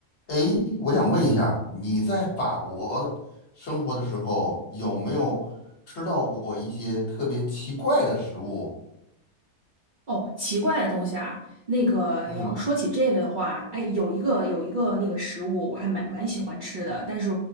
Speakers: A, on the left; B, on the right.
A: 哎，我想问一下你在法国生活的时候，有没有吃到过一些特别奇怪的食物？
B: 哦，奇怪的东西啊，那个你要说起这个的话，
A: 嗯，
B: 哎，有一个有一个那个食物，我还蛮蛮喜欢吃的，但是